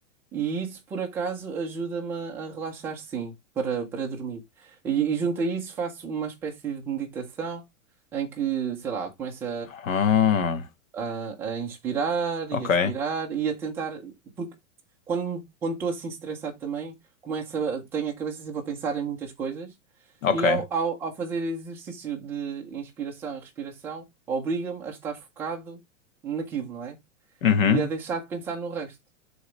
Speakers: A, in the centre; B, on the left.
A: E isso, por acaso, ajuda-me a relaxar, sim, para, para dormir. E, e junto a isso faço uma espécie de meditação em que, sei lá, começa
B: Ah,
A: a, a inspirar
B: ok,
A: e a expirar e a tentar, porque quando quando estou assim estressado também, começo a, tenho a cabeça sempre a pensar em muitas coisas
B: ok.
A: e ao, ao, ao fazer exercício de inspiração e respiração, obriga-me a estar focado naquilo, não é?
B: Uhum.
A: E a deixar de pensar no resto.